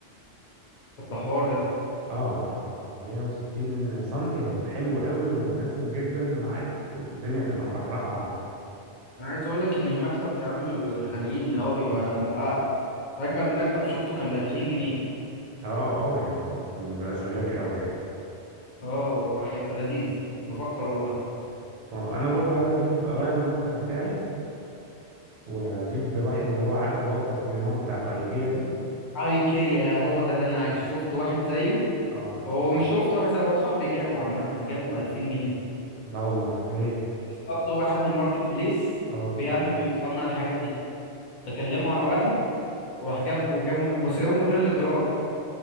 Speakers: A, on the left; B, on the right.
A: طب ده حوار ده
B: اه ف 160 سنتي هيبقى حلو قوي ومناسب جدا معاك والدنيا تبقى مرحرحة عندك
A: انا عايز اقول لك ان المكتب كمان ما بيبقاش غاليين اللي هو بيبقى أ- اجمد مكتب شفته كان ب 2000 جنيه
B: اه اه يعني بيبقى شغال قوي يعني
A: اه وهيبقى لذيذ بفكر والله
B: اه انا برضو عايز اجيب اغير المكتب بتاعي واجيب واحد اللي هو عارف اللي هو التصميمات بتاعت ايكيا دي
A: ايكيا هو ده اللي انا عايزه شفت واحد زيه
B: اه
A: هو مش شفت واحد زي هو صاحبي جابه عامة جابه ب 2000 جنيه
B: لا والله منين
A: اصطاد له واحد من الماركت بليس
B: اه
A: بيعمل بيصنع الحاجات دي تكلموا على واحد وراح جابه جابه من بس جابه من غير الادراج